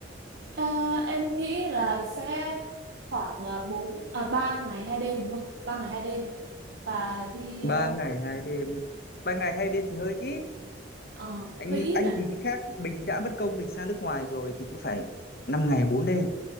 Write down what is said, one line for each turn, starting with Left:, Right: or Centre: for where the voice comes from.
Right: À, em nghĩ là sẽ khoảng à, bốn à ba ngày hai đêm đúng không? Ba ngày hai đêm và đi
Left: ba
Right: à,
Left: ngày hai đêm ba ngày hai đêm thì hơi ít
Right: ờ,
Left: anh
Right: hơi ít
Left: anh
Right: ạ.
Left: thì nghĩ khác mình đã mất công mình sang nước ngoài rồi thì cũng phải năm ngày bốn đêm